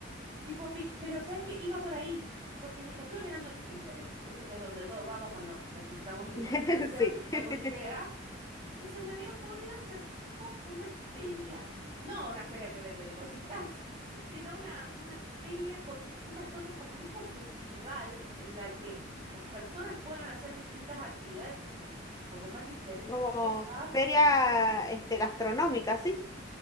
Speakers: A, on the right; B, on the left.
A: Tipo, pic- pero ¿sabes qué? Iba por ahí, porque estuve mirando en Pinterest, viste que es donde todos vamos cuando necesitamos <laughs> información,
B: <laughs> Sí.
A: alguna
B: <laughs>
A: idea, y se me había ocurrido hacer tipo una feria. No una feria que venden cositas, <laughs> sino una, una feria con distintas cosas como tipo festival en la que las personas puedan hacer distintas actividades o, co- o comer diferentes
B: Como
A: cosas.
B: feria este, gastronómica, ¿sí?